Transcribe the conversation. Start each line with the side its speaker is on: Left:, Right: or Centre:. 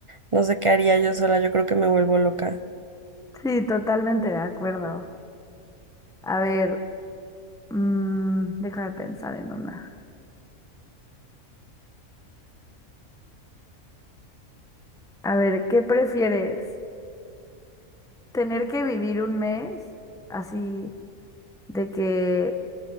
Right: no sé qué haría yo sola, yo creo que me vuelvo loca.
Centre: Sí, totalmente de acuerdo. A ver, mm, déjame pensar en una. A ver, ¿qué prefieres? ¿Tener que vivir un mes así de que